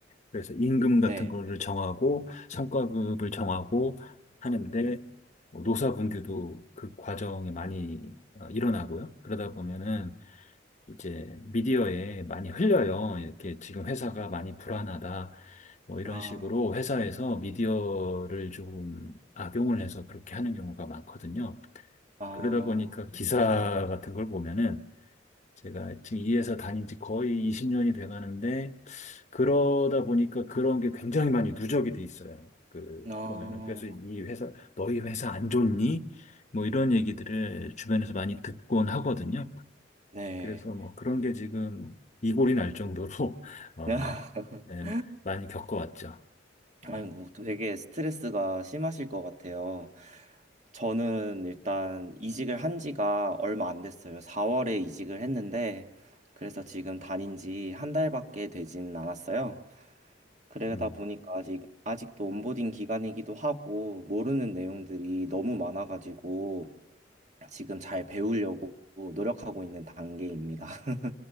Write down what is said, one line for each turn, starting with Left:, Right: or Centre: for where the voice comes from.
Left: 그래서 임금 같은
Right: 네.
Left: 거를 정하고 성과급을 정하고 하는데 뭐 노사분규도 그 과정에 많이 어, 일어나고요. 그러다 보면은 이제 미디어에 많이 흘려요. 이렇게 지금 회사가 많이 불안하다. 뭐 이런
Right: 아,
Left: 식으로 회사에서 미디어를 조금 악용을 해서 그렇게 하는 경우가 많거든요.
Right: 아,
Left: 그러다 보니까 기사 같은 걸 보면은 제가 지금 이 회사 다닌 지 거의 20년이 돼 가는데, 그러다 보니까 그런 게 굉장히 많이 누적이 돼 있어요. 그,
Right: 아,
Left: 보면은. 그래서 이 회사, 너희 회사 안 좋니? 뭐 이런 얘기들을 주변에서 많이 듣곤 하거든요.
Right: 네.
Left: 그래서 뭐 그런 게 지금 이골이 날 정도로, <laughs> 어,
Right: <laughs>
Left: 네, 많이 겪어왔죠.
Right: 아이고,
Left: 어,
Right: 되게 스트레스가 심하실 것 같아요. 저는 일단 이직을 한 지가 얼마 안 됐어요. 4월에 이직을 했는데, 그래서 지금 다닌 지 한 달밖에 되진 않았어요. 그러다
Left: 음.
Right: 보니까 아직, 아직도 온보딩 기간이기도 하고, 모르는 내용들이 너무 많아가지고, 지금 잘 배우려고 노력하고 있는 단계입니다. <laughs>